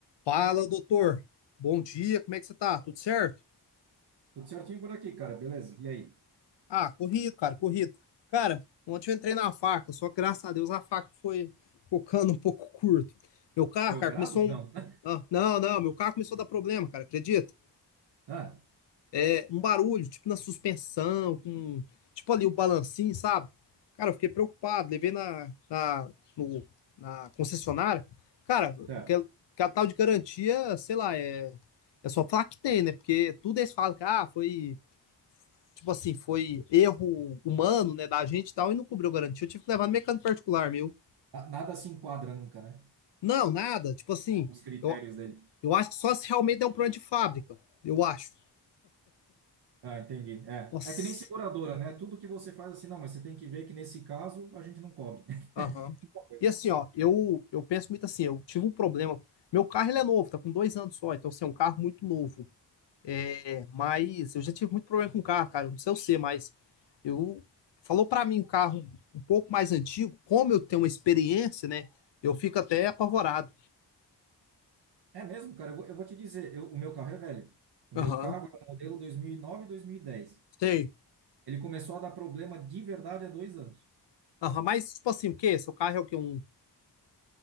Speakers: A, on the left; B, on the right.
A: Fala, doutor. Bom dia, como é que você tá? Tudo certo?
B: Tudo certinho por aqui, cara, beleza. E aí?
A: Ah, corrido, cara, corrido. Cara, ontem eu entrei na faca, só que graças a Deus a faca foi focando um pouco curto. Meu carro,
B: Foi
A: cara,
B: operado?
A: começou
B: Não.
A: um.
B: <laughs>
A: Ah, não, não, meu carro começou a dar problema, cara, acredita?
B: Ah,
A: É, um barulho, tipo na suspensão, com. Tipo ali o balancinho, sabe? Cara, eu fiquei preocupado, levei na, na, no- na concessionária. Cara,
B: certo.
A: aquela, aquela tal de garantia, sei lá, é. É só falar que tem, né? Porque tudo eles falam que ah, foi tipo assim, foi erro humano, né, da gente e tal, e não cobriu garantia. Eu tive que levar no mecânico particular meu.
B: Ah, Nada se enquadra nunca, né?
A: Não, nada. Tipo assim,
B: Os critérios
A: eu,
B: dele.
A: eu acho que só se realmente é um problema de fábrica. Eu acho.
B: Ah, entendi. É.
A: Nossa.
B: É que nem seguradora, né? Tudo que você faz assim, não, mas você tem que ver que nesse caso a gente não cobre. <laughs>
A: Aham.
B: Uma coisa.
A: E assim, ó, eu, eu penso muito assim, eu tive um problema. Meu carro ele é novo, tá com dois anos só, então assim, é um carro muito novo. É, mas eu já tive muito problema com o carro, cara. Eu não sei o ser, mas eu falou pra mim um carro um pouco mais antigo, como eu tenho uma experiência, né? Eu fico até apavorado.
B: É mesmo, cara, eu vou, eu vou te dizer, eu- o meu carro é velho. O
A: Aham.
B: meu carro é um modelo dois mil e nove e dois mil e dez.
A: Sei.
B: Ele começou a dar problema de verdade há dois anos.
A: Aham, mas, tipo assim, o quê? Seu carro é o quê? Um...